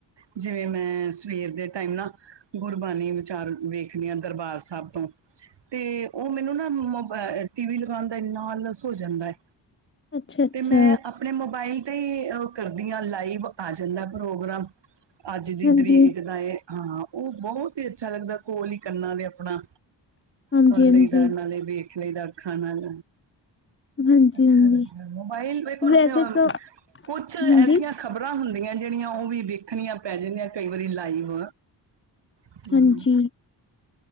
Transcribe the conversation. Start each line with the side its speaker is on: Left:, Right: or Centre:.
Right: ਜਿਵੇਂ ਮੈਂ ਸਵੇਰ ਦੇ ਟਾਈਮ ਨਾ ਗੁਰਬਾਣੀ ਵਿਚਾਰ ਵੇਖਣੀ ਆ ਦਰਬਾਰ ਸਾਬ ਤੋਂ ਤੇ ਓ ਮੈਨੂੰ ਨਾ ਮੋਬਾ ਅ ਟੀ ਵੀ ਲਗਾਣ ਦਾ ਏਨਾ ਆਲਸ ਹੋ ਜਾਂਦਾ ਏ,
Left: ਅੱਛਾ ਅੱਛਾ
Right: ਤੇ ਮੈਂ ਆਪਣੇ ਮੋਬਾਇਲ ਤੇ ਈ ਕਰਦੀ ਓ ਆ ਲਾਈਵ ਆ ਜਾਦਾ ਪ੍ਰੋਗਰਾਮ, ਅੱਜ ਦੀ
Left: ਹਾਂਜੀ
Right: ਡਰੀਕ ਦਾ ਏ ਹਾਂ। ਓ ਬਹੋਤ ਈ ਅੱਛਾ ਲੱਗਦਾ ਕੋਲ ਈ ਕੰਨਾਂ ਦੇ ਅਪਨਾ
Left: ਹਾਂਜੀ
Right: ਸੁਣ
Left: ਹਾਂਜੀ
Right: ਲਈ ਦਾ ਨਾਲੇ ਵੇਖ ਲਈ ਦਾ ਅੱਖਾਂ ਨਾਲ।
Left: ਹਾਂਜੀ
Right: ਅੱਛਾ
Left: ਹਾਂਜੀ
Right: ਲੱਗਦਾ, ਮੋਬਾਈਲ ਵੇਖੋ ਅ
Left: ਵੈਸੇ ਤਾਂ
Right: ਕੁਛ ਐਸੀਆਂ
Left: ਹਾਂਜੀ
Right: ਖ਼ਬਰਾਂ ਹੁੰਦੀਆਂ ਜੇੜੀਆਂ ਓਵੀ ਵੇਖਨੀਆਂ ਪੈ ਜਾਂਦੀਆਂ ਕਈ ਵਾਰੀ ਲਾਈਵ ਹੂੰ
Left: ਹਾਂਜੀ।